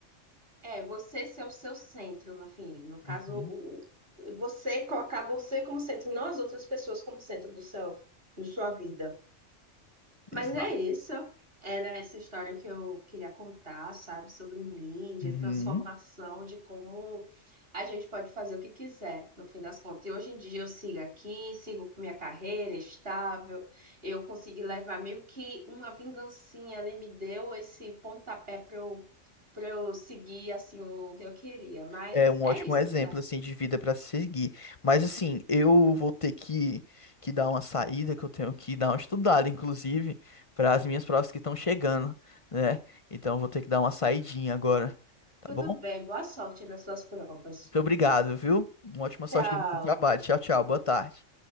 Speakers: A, on the right; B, on the left.
A: é, você ser o seu centro, no fim, no caso,
B: Uhum.
A: o, o- você colocar você como centro, não as outras pessoas como centro do seu, da sua vida.
B: Exato.
A: Mas é isso. Era essa história que eu queria contar, sabe? Sobre mídia,
B: Uhum.
A: transformação, de como a gente pode fazer o que quiser, no fim das contas. E hoje em dia eu sigo aqui, sigo com minha carreira estável. Eu consegui levar meio que uma vingancinha ali, me deu esse pontapé para eu, para eu seguir assim o que eu queria. Mas
B: É um ótimo
A: é isso,
B: exemplo
A: tá?
B: assim de vida para seguir. Mas assim, eu vou ter que, que dar uma saída, que eu tenho que dar uma estudada, inclusive, para as minhas provas que estão chegando, né? Então eu vou ter que dar uma saidinha agora, tá
A: Tudo
B: bom?
A: bem, boa sorte nas suas provas.
B: Muito obrigado, viu? Uma ótima
A: Tchau.
B: sorte no trabalho. Tchau, tchau. Boa tarde.